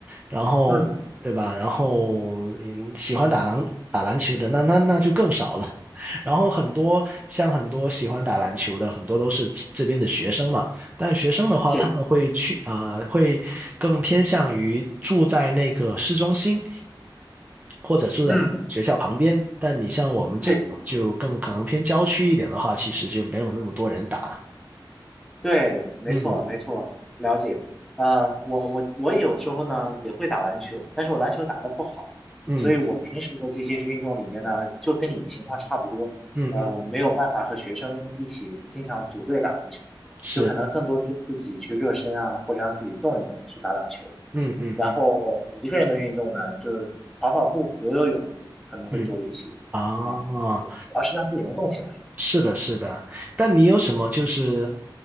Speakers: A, on the right (about 20°); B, in the centre.
A: 然后对吧？
B: 嗯，
A: 然后嗯，喜欢打篮打篮球的，那那那就更少了。<laughs> 然后很多像很多喜欢打篮球的，很多都是这边的学生嘛。但学生的话，
B: 是，
A: 他们会去啊、会更偏向于住在那个市中心，或者住在他们学校旁边。
B: 嗯，
A: 但你像我们这种就更可能偏郊区一点的话，
B: 对对对。
A: 其实就没有那么多人打了。
B: 对，没错，
A: 嗯，
B: 没错，了解。呃，我我我有的时候呢也会打篮球，但是我篮球打得不好，
A: 嗯
B: 所以我平时的这些运动里面呢，就跟你情况差不多，
A: 嗯嗯，
B: 呃，没有办法和学生一起经常组队打篮球，
A: 是，
B: 就可能更多的是自己去热身啊，或者让自己动一动，去打打球。
A: 嗯嗯嗯
B: 然后一个人的运动呢，就是跑跑步、游游泳，可能会多一些。
A: 嗯，哦，
B: 啊，对，主要是让自己能动起来。
A: 是的，是的。但你有什么就是